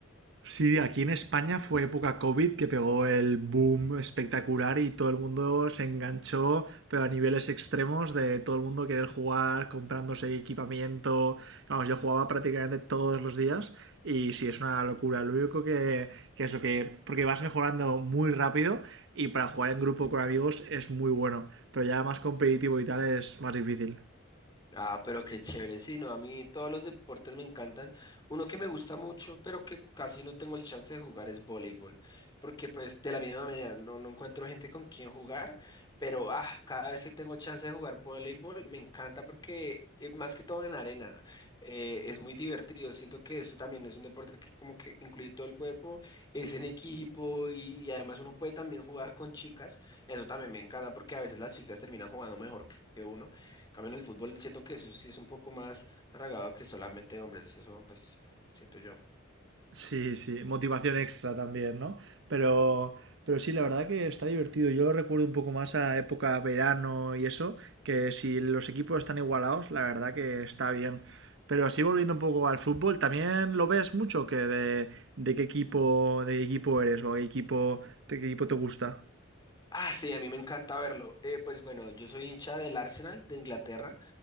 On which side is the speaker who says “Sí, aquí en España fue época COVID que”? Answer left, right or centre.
Right